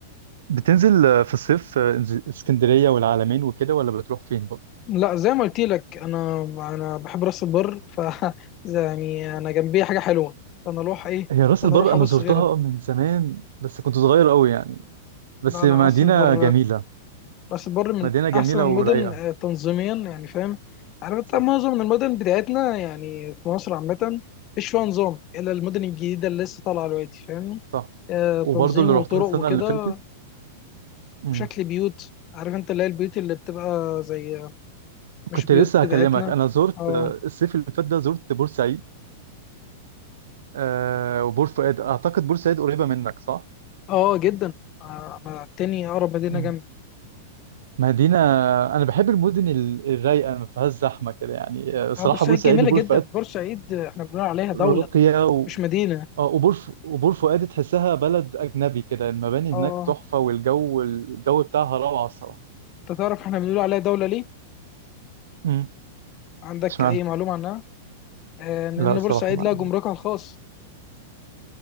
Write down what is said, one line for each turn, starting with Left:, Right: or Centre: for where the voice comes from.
Right: بتنزل آه، في الصيف آه، إنز- اسكندرية والعلمين وكده ولا بتروح فين بقى؟
Left: لا زي ما قلت لك انا انا بحب راس البر ف <laughs> زي- يعني انا جنبي حاجه حلوه فانا اروح ايه
Right: هي راس
Left: فانا
Right: البر
Left: اروح
Right: انا
Left: ابص
Right: زرتها
Left: غيرها
Right: من زمان بس كنت صغير قوي يعني بس
Left: لا
Right: مدينة
Left: لا راس البر
Right: جميلة
Left: راس البر من
Right: مدينة جميلة
Left: احسن المدن
Right: ورايقة
Left: آه، تنظيميا يعني فاهم عارف انت
Right: صح
Left: معظم المدن بتاعتنا يعني في مصر عامه مفيش فيها نظام الا المدن الجديده اللي لسه طالعه دلوقتي فاهمني
Right: صح
Left: آه،
Right: وبرضه
Left: تنظيم
Right: اللي
Left: وطرق
Right: رحتها السنة
Left: وكده
Right: اللي فاتت مم.
Left: وشكل بيوت عارف انت اللي هي البيوت اللي بتبقى زي مش
Right: كنت
Left: بيوت
Right: لسه
Left: بتاعتنا
Right: هكلمك أنا زرت
Left: اه
Right: آه، الصيف اللي فات ده زرت بورسعيد آه، وبور فؤاد أعتقد بورسعيد قريبة منك صح؟
Left: اه جدا آه، انا التاني اقرب مدينه
Right: مم.
Left: جنبي
Right: مدينة أنا بحب المدن ال- الرايقة ما فيهاش زحمة كده يعني آه، صراحة
Left: اه بورسعيد
Right: بورسعيد
Left: جميله
Right: وبور
Left: جدا
Right: فؤاد
Left: بورسعيد احنا بنقول عليها دوله
Right: راقية و...
Left: مش مدينه
Right: آه، وبور ف... وبور فؤاد تحسها بلد أجنبي كده المباني
Left: اه
Right: هناك تحفة والجو الجو بتاعها روعة الصراحة
Left: انت تعرف احنا بنقول عليها دوله ليه
Right: مم.
Left: عندك
Right: اشمعنى؟
Left: اي معلومه عنها آه، لان
Right: لا الصراحة
Left: بورسعيد
Right: ما
Left: لها جمركها الخاص